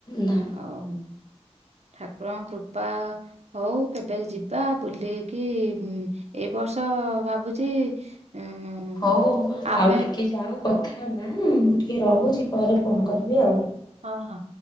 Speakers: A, on the left; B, on the right.
A: ନା।।
B: ହଉ। ଠାକୁରଙ୍କ କୃପା ହଉ କେବେ ଯିବା ବୁଲିକି ଏଇ ବର୍ଷ ଭାବୁଛି ଉଁ
A: ହଉ
B: ଆମେ
A: ଆଉ ଟିକେ ଯାଉ କଥା ହେବା ହାଁ ମୁଁ ଟିକିେ ରହୁଛି ପରେ ଫୋନ୍ କରିବି ଆଉ।
B: ହଁ ହଁ